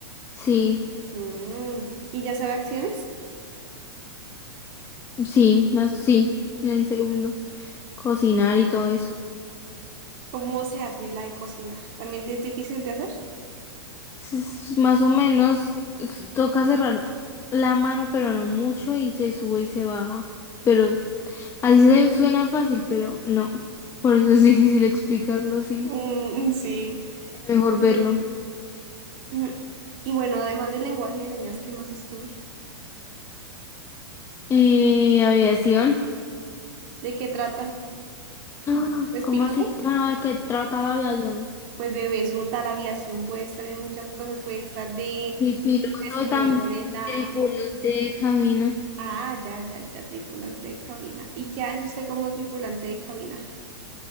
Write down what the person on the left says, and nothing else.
sí,
sí, más sí, en el segundo, cocinar y todo eso.
Es- es más o menos es- toca cerrar la mano, pero no mucho, y se sube y se baja. Pero así se suena fácil, pero no, por eso es <laughs> difícil explicarlo así,
es
mejor
verlo.
Eh, aviación,
Ah,
¿cómo
así? Claro, ¿de qué trata la aviación?
Y piloto
y también
tripulante de cabina.